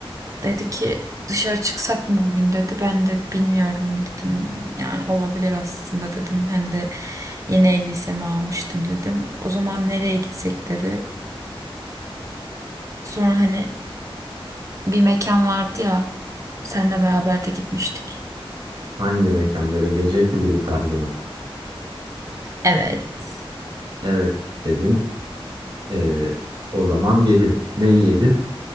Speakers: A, on the right; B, on the right.
A: Dedi ki dışarı çıksak mı bugün dedi. Ben de bilmiyorum dedim. Yani olabilir aslında dedim. Hem de yeni elbisemi almıştım dedim. O zaman nereye gitsek dedi. Sonra hani bir mekan vardı ya. Seninle beraber de gitmiştik.
B: Hangi mekan böyle gece kulübü tarzı mı?
A: Evet.
B: Evet dedin. E, o zaman yedin. Neyi yedin?